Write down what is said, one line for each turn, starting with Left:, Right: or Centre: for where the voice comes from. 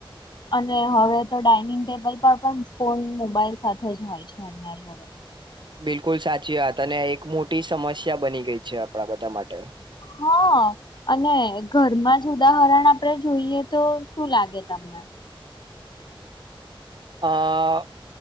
Left: અને હવે તો ડાઇનિંગ ટેબલ પણ પણ ફોન મોબાઈલ સાથે જ હોય છે એમનાડે
Right: બિલકુલ સાચી વાત અને એક મોટી સમસ્યા બની ગઈ છે આપણા બધા માટે
Left: હા અને ઘરમાં જ ઉદાહરણ આપણેે જોઈએ તો શું લાગે તમને
Right: અ